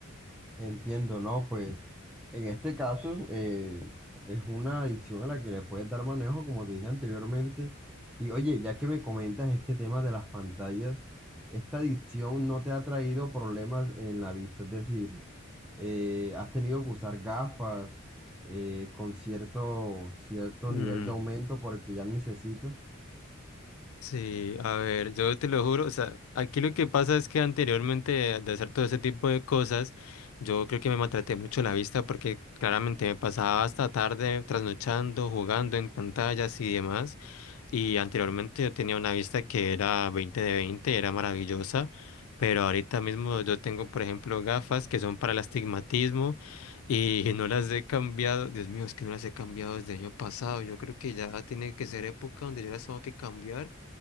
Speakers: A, in the centre; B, on the left (about 75°).
A: entiendo, ¿no? Pues en este caso eh, es una adicción a la que le puedes dar manejo, como te dije anteriormente. Y oye, ya que me comentas este tema de las pantallas, ¿esta adicción no te ha traído problemas en la vista? Es decir, eh, ¿has tenido que usar gafas eh, con cierto, cierto
B: Mm,
A: nivel de aumento porque ya necesitas?
B: sí, a ver, yo te lo juro, o sea, aquí lo que pasa es que anteriormente de, de hacer todo ese tipo de cosas, yo creo que me maltraté mucho la vista porque claramente me pasaba hasta tarde trasnochando, jugando en pantallas y demás. Y anteriormente yo tenía una vista que era veinte de veinte era maravillosa, pero ahorita mismo yo tengo, por ejemplo, gafas que son para el astigmatismo y <laughs> no las he cambiado. Dios mío, es que no las he cambiado desde el año pasado. Yo creo que ya tiene que ser época donde yo las tengo que cambiar